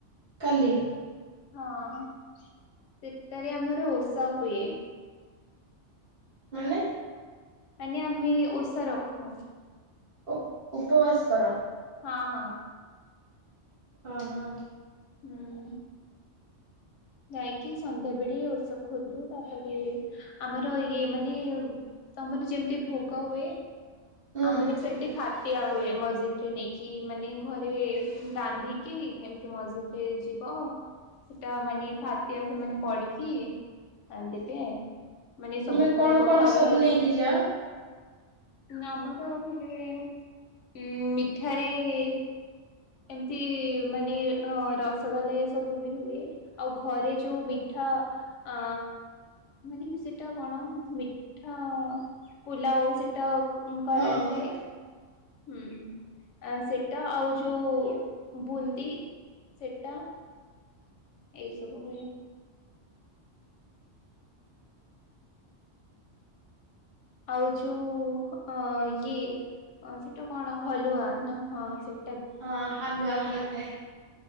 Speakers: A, on the right; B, on the left.
A: କାଲି
B: ହଁ ସେଟାରେ ଆମର ଓସା ହୁଏ।
A: ମାନେ
B: ମାନ ଆମେ ଓଷା ରଖୁ।
A: ଉପ ଉପବାସ କର।
B: ହଁ ହଁ।
A: ଓ ହୋ।
B: ହୁଁ। ଯାଇକି ସନ୍ଧ୍ୟା ବେଳେ ଓଷ ଖୋଲୁ ତାପରେ ଆମର ଇଏ ମାନେ ତମର ଯେମିତି ଭୋଗ ହୁଏ,
A: ହୁଁ
B: ଆମର ସେମତି ଫାଟ ଦିଆ ହୁଏ ମସ୍ଜିଦରେ ନେଇକି, ମାନେ ଘରେ ରାନ୍ଧିକି ଏମିତି ମସ୍ଜିଦରେ ଯିଏ। ଓହ ସେଟା ମାନେ ଫତିଆ ସେମାନେ ପଡିକି ଦେବେ ମାନେ
A: ତୁମେ
B: ସବୁକ-ଙ୍କ
A: କଣ କଣ
B: ଘର
A: ସବୁ
B: ଘର
A: ନେଇକି ଯାଅ?
B: ନା ଆମର ମାନେ ଏ - ଉଁ ମିଠାରେ ଏ ଏମତି ମାନେ ଅ ରସଗୋଲା ଏ ସବୁ ବି ହୁଏ ଆଉ ଘରେ ଯୋଉ ମିଠା ଆ-ଅ ମାନେ ସେଟା କଣ ମିଠା ଆ - ଆ ପୁଲାଉ ସେଟା ଉଁ କରାଯାଏ।
A: ହଁ ହଁ।
B: ହୁଁ ଆ ସେଟା ଆଉ ଯୋଉ ବୁନ୍ଦି ସେଟା। ଏଇ ସବୁ ହୁଏ। ଆଉ ଯୋଉ ଅ-ଇଏ। ଅ ସେଟା କଣ ହଲୁଆ ନା ହଁ ସେ
A: ହଁ ହାଲୁଆ <unintelligible>